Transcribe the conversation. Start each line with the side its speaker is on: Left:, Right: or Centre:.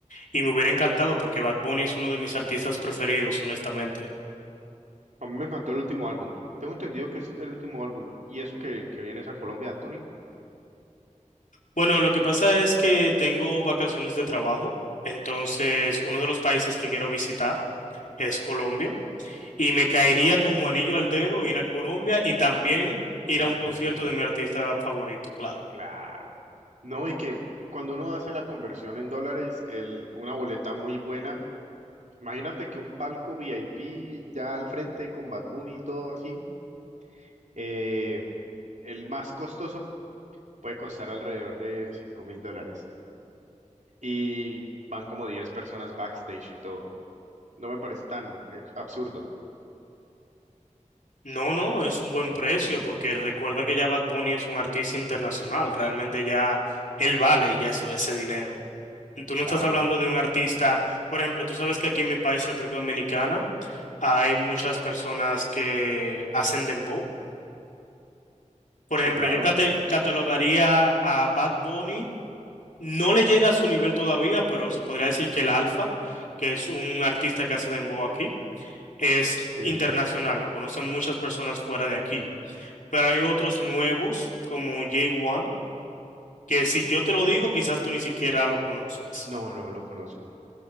Left: y me hubiera encantado porque Bad Bunny es uno de mis artistas preferidos, honestamente.
Right: A mí me encantó el último álbum. Tengo entendido que es el último álbum. ¿Y eso que, que vienes a Colombia, Anthony?
Left: Bueno, lo que pasa es que tengo vacaciones de trabajo, entonces uno de los países que quiero visitar es Colombia y me caería como anillo al dedo ir a Colombia y también ir
Right: Al
Left: a un concierto
Right: concierto.
Left: de mi artista favorito, claro.
Right: Claro. No, y que cuando uno hace la conversión en dólares, el, una boleta muy buena, imagínate que un palco VIP ya al frente con Bad Bunny y todo así, eh, el más costoso puede costar alrededor de 5 mil dólares y van como 10 personas backstage y todo. No me parece tan eh, absurdo.
Left: No, no, es un buen precio porque recuerda que ya Bad Bunny es un artista internacional, realmente ya él vale ya eso, ese dinero. Tú no
Right: Claro,
Left: estás hablando de un artista, por ejemplo, tú sabes que aquí en mi país, República Dominicana, hay muchas personas que hacen dembow. Por
Right: sí,
Left: ejemplo,
Right: claro,
Left: yo cate- catalogaría a Bad Bunny, no le llega a su nivel todavía, pero se podría decir que el Alfa, que es un artista que hace dembow aquí, es
Right: sí.
Left: internacional, lo conocen muchas personas fuera de aquí. pero hay otros nuevos como J1, que si yo te lo digo, quizás tú ni siquiera lo conozcas.
Right: No, no lo conozco,